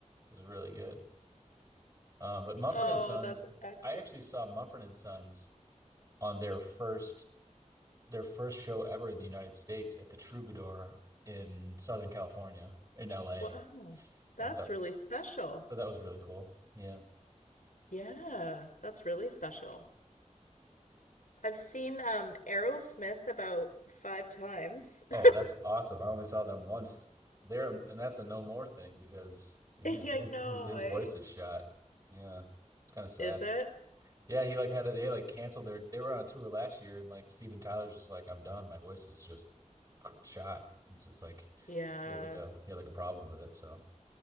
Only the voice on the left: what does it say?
Oh,
that's excellent.
Wow. That's
really special.
Yeah, that's really special. I've seen um Aerosmith about five times. <laughs>
Yeah, I
know,
eh?
Is it?
Yeah.